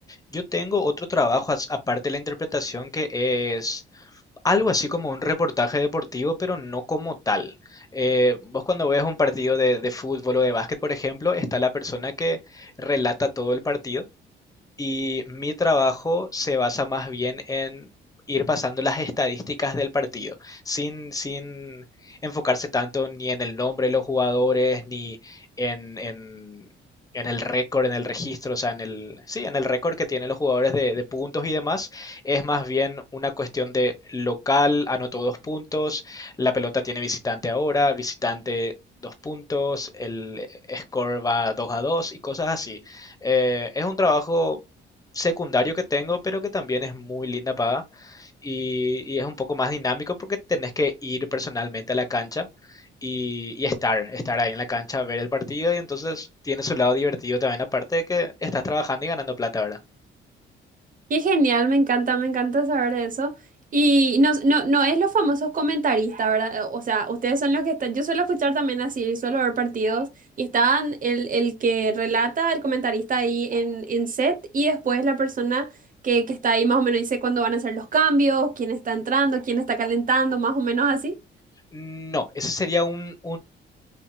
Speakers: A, on the left; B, on the right.
A: Yo tengo otro trabajo as- aparte de la interpretación que es algo así como un reportaje deportivo, pero no como tal. Eh, vos cuando ves un partido de, de fútbol o de básquet, por ejemplo, está la persona que relata todo el partido y mi trabajo se basa más bien en ir pasando las estadísticas del partido, sin, sin enfocarse tanto ni en el nombre de los jugadores, ni en, en, en el récord, en el registro, o sea, en el, sí, en el récord que tienen los jugadores de, de puntos y demás. Es más bien una cuestión de local, anotó dos puntos, la pelota tiene visitante ahora, visitante dos puntos, el score va 2 a 2 y cosas así. Eh, es un trabajo secundario que tengo, pero que también es muy linda paga y, y es un poco más dinámico porque tenés que ir personalmente a la cancha y, y estar, estar ahí en la cancha, ver el partido y entonces tiene su lado divertido también, aparte de que estás trabajando y ganando plata, ¿verdad?
B: Qué genial, me encanta, me encanta saber de eso. Y no, no, no es los famosos comentaristas, ¿verdad? Eh, O sea, ustedes son los que están, yo suelo escuchar también así, suelo ver partidos y están el, el que relata, el comentarista ahí en, en set y después la persona que, que está ahí más o menos dice cuándo van a hacer los cambios, quién está entrando, quién está calentando, más o menos así.
A: No, ese sería un,